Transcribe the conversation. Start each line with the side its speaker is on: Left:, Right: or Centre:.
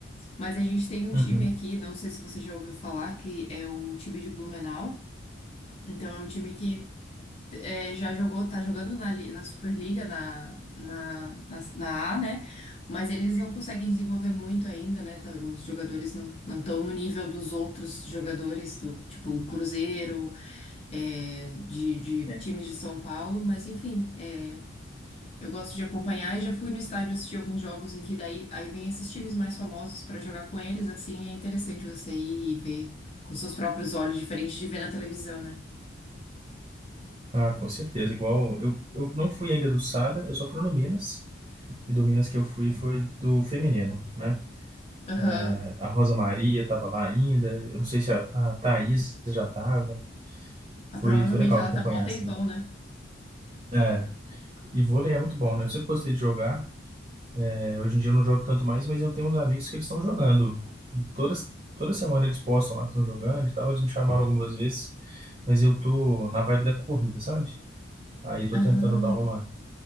Left: Mas a gente tem um time
Right: uhum.
Left: aqui, não sei se você já ouviu falar, que é o time de Blumenau. Então, é um time que é, já jogou, tá jogando na, li- na Superliga, na, na, na, na A, né? Mas eles não conseguem desenvolver muito ainda, né? Tá- Os jogadores não não estão no nível dos outros jogadores, do tipo o Cruzeiro, é, de, de É. times de São Paulo, mas enfim, é, eu gosto de acompanhar e já fui no estádio assistir alguns jogos em que daí aí vem esses times mais famosos para jogar com eles, assim, é interessante você ir e ver com seus próprios olhos, diferente de ver na televisão, né?
Right: Ah, com certeza. Igual eu, eu não fui ainda do Sada, eu só fui no Minas. E do Minas que eu fui foi do feminino, né?
Left: Aham.
Right: É, A Rosa Maria estava lá ainda. Eu não sei se a, a Thaís já estava.
Left: Ah,
Right: Foi,
Left: provavelmente
Right: foi legal
Left: ela
Right: acompanhar,
Left: tá mó tempão,
Right: assim.
Left: né?
Right: É, e vôlei é muito bom, né? Eu sempre gostei de jogar. É, hoje em dia eu não jogo tanto mais, mas eu tenho uns amigos que eles estão jogando. E Todas, toda semana eles postam lá que estão jogando e tal. Eles me chamaram algumas vezes, mas eu tô na vibe da corrida, sabe? Aí eu tô
Left: Ah.
Right: tentando dar uma